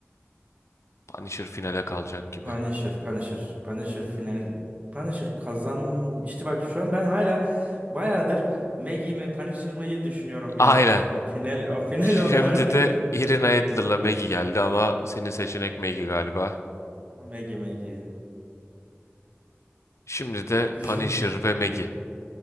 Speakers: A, on the left (about 85°); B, on the right (about 30°).
A: Punisher finale kalacak gibi.
B: Punisher, Punisher, Punisher final, Punisher kazan. İşte bak şu an ben hala bayağıdır Maggie mi Punisher mı düşünüyorum
A: Aynen.
B: bir yandan aslında. Final, o final
A: Şimdi
B: onlar diye
A: de
B: de.
A: Irina Adler'la Maggie geldi ama senin seçenek Maggie galiba.
B: Maggie, Maggie.
A: Şimdi de
B: Düşün.
A: Punisher ve Maggie.